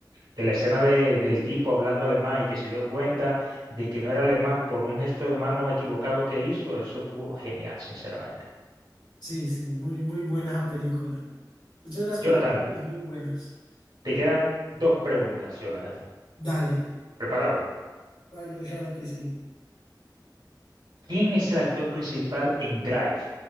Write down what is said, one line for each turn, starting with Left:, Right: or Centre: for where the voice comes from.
Right: De la escena de- del tipo hablando alemán y que se dio cuenta de que no era alemán por un gesto de mano equivocado que hizo, eso estuvo genial, sinceramente.
Left: sí, sí. Muy, muy buena esa película. Muchas de las
Right: Jonathan,
Left: películas pues, muy buenas.
Right: te quedan dos preguntas, Jonathan.
Left: Dale.
Right: ¿Preparado?
Left: Bueno, claro que sí.
Right: ¿Quién es el actor principal en Drive